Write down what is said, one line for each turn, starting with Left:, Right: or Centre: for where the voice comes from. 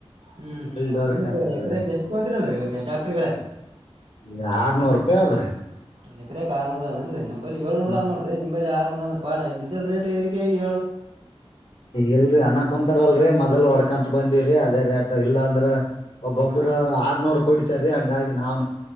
Right: ಹ್ಮ್ ಹ್ಮ್
Left: ಫೀಲ್ಡ್
Right: ಒಂದ
Left: ವರ್ಕ್
Right: ದಿನಕ್ಕೆ
Left: ಅಂತಾರ
Right: ಎಕರೆ ಯಾಕ ಎಷ್ಟು ತಕೊಂತೀರೆನ್ರಿ ಟ್ರ್ಯಾಕ್ಟರ್ಗಳು
Left: ಈ ಆರ್ನೂರು ರೂಪಾಯಿ ಆದದ್ರಿ
Right: ಒಂದು ಎಕರೆಗೆ ಅರ್ನುರ್ ಅದೇಂದ್ರಿ ಬರಿ ಏಳುನೂರು
Left: ಹಾ.
Right: ಆರನೂರು ರೀ ನಿಂಬಲ್ಲಿ ಅಂದ್ರೆ ಬ್ಯಾಡ ಡೀಜಲ್ ರೇಟ್ ಏರಿಕೆ ಹಾಗಿ
Left: ಇಲ್ರರಿ ಅನ ಕುಂತಾರಲ್ರರಿ ಮೊದಲ್ ಹೊಡ್ ಕೊಡ್ತಾ ಬಂದಿವವ್ರಿ ಅದೇ ರೇಟ್ ಇಲ್ಲ ಅಂದ್ರ ಒಬ್ಬೊಬ್ರು
Right: ಹಾ
Left: ಆರ್ನೂರು ಕುಡಿತಾರೀ ಹಂಗಾಗಿ ನಾವ್